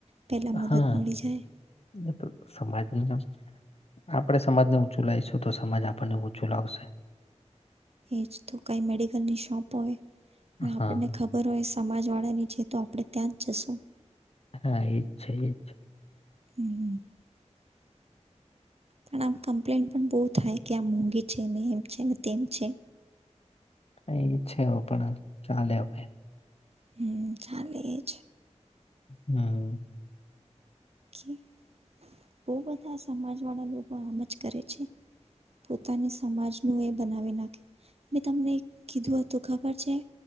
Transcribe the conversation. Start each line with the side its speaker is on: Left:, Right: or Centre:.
Right: પહેલાં મદદ
Left: હા
Right: મળી જાય
Left: <inaudible> એ તો સમાજના આપણેે સમાજને ઊંચું લાઈશું તો સમાજ આપણને ઊંચું લાવશે. <inaudible>
Right: એજ તો કઈ મેડિકલની શોપ હોય ને
Left: હા
Right: આપણને ખબર હોય સ સમાજ વાળાની છે તો આપણે ત્યાં જ જશું.
Left: હા એજ છે એજ છે.
Right: હમ્મ હમ્મ <inaudible> પણ આમ કમ્પ્લેન પણ બૌ થાય કે આ મોંઘી છે ને એમ છે ને તેમ છે.
Left: ક ઈ છેવ પણ અં ચાલે અવે.
Right: હમ્મ ચાલે એજ
Left: હમ્મ.
Right: કે <inaudible> બૌ બધા સમાજ વાળા લોકો આમ જ કરે છે. પોતાની સમાજનું એ બનાવી નાખે મે તમને કીધું હતું ખબર છે?